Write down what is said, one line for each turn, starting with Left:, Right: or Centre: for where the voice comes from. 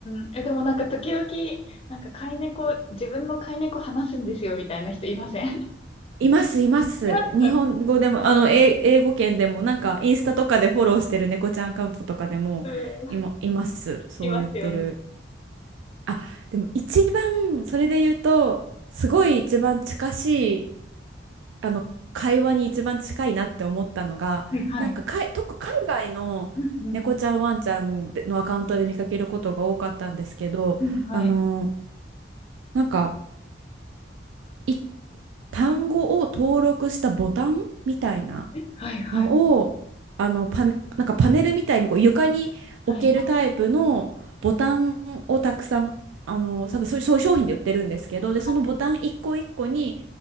Left: ん。え、でもなんか時々、なんか飼い猫、自分の飼い猫話すんですよみたいな人いません <laughs>
Right: います、います。
Left: いますよね。
Right: 日本語でも、あの、英英語圏でも、なんか、インスタとかでフォローしてる猫ちゃんアカウントとかでも、
Left: うん、
Right: いま、います。そう言ってる。
Left: いますよね。
Right: あ、でも一番、それで言うと、すごい一番近しい、あの、会話に一番近いなって思ったのが、
Left: はいはい。
Right: なんか、かい、特、海外の猫ちゃん、
Left: うんうん。
Right: ワンちゃんのアカウントで見かけることが多かったんですけど、
Left: うん、はい。
Right: あの、なんか、い単語を登録したボタンみたいな。
Left: はいはい。
Right: のをあのパネ、なんかパネルみたいにこう床に置けるタイプのボタンをたくさんあの多分そういうそういう商品で売ってるんですけどでそのボタン一個一個に
Left: はい。はい。